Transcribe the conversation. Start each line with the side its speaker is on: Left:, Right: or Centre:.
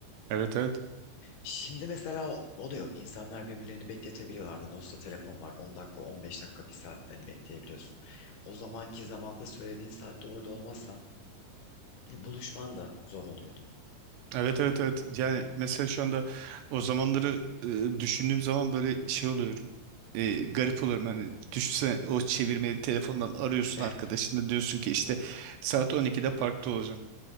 Right: Evet evet.
Left: Şimdi mesela o, o da yok. İnsanlar birbirlerini bekletebiliyorlardı. Nasılsa telefon var. 10 dakika, 15 dakika, bir saatte hani bekleyebiliyorsun. O zamanki zamanda söylediğin saatte orada olmazsan e, buluşman da zor oluyordu.
Right: Evet evet evet. Yani mesela şu anda o zamanları e, düşündüğüm zaman böyle şey oluyorum. E, garip oluyorum hani düşünsene o çevirmeli telefondan arıyorsun
Left: Eh,
Right: arkadaşını diyorsun ki işte saat 12'de parkta olacağım.